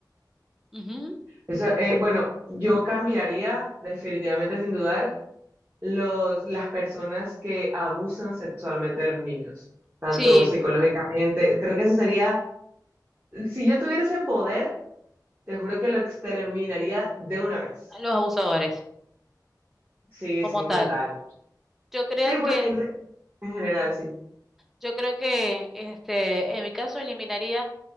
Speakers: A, in the centre; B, on the right (about 30°).
A: Ujú.
B: Eso, eh, bueno, yo cambiaría definitivamente sin dudar los, las personas que abusan sexualmente de los niños, tanto
A: Sí,
B: psicológicamente. Creo que eso sería, si yo tuviera ese poder, te juro que lo exterminaría de una vez.
A: los abusadores,
B: Sí,
A: como
B: sí,
A: tal.
B: total.
A: Yo creo
B: Sí, bueno,
A: que,
B: en, re- en general, sí.
A: yo creo que, este, en mi caso eliminaría,